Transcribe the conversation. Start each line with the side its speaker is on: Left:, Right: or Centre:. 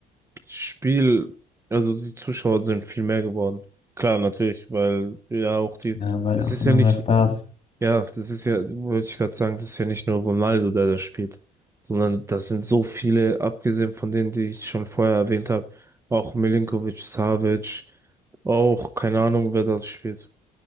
Right: Spiel, also die Zuschauer sind viel mehr geworden. Klar, natürlich, weil ja auch die,
Left: Ja, weil
Right: das
Left: auch
Right: ist
Left: immer
Right: ja nicht,
Left: mehr Stars.
Right: ja, das ist ja, wollte ich gerade sagen, das ist ja nicht nur Ronaldo, der das spielt, sondern das sind so viele, abgesehen von denen, die ich schon vorher erwähnt habe, auch Milinkovic, Savic, auch keine Ahnung, wer das spielt.